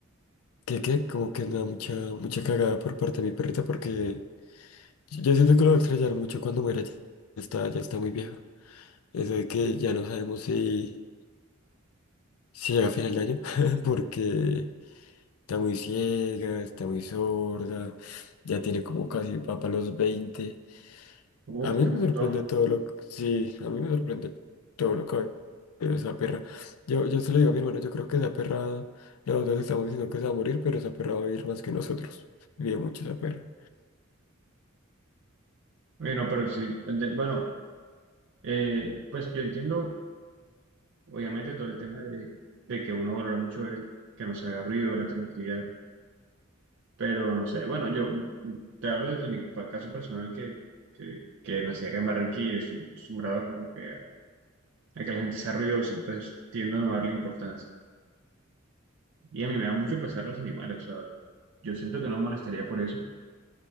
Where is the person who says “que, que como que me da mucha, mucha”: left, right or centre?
Left